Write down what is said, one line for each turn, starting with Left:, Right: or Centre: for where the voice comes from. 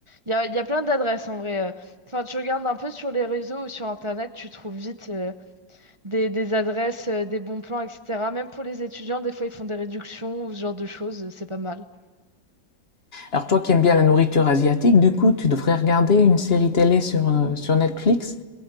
Right: Il y a, il y a plein d'adresses en vrai. euh. Enfin, tu regardes un peu sur les réseaux ou sur Internet, tu trouves vite. euh, des, des adresses, euh, des bons plans, etc. Même pour les étudiants, des fois, ils font des réductions ou ce genre de choses. euh, C'est pas mal.
Left: Alors toi qui aimes bien la nourriture asiatique, du coup, tu devrais regarder une série télé sur, euh, sur Netflix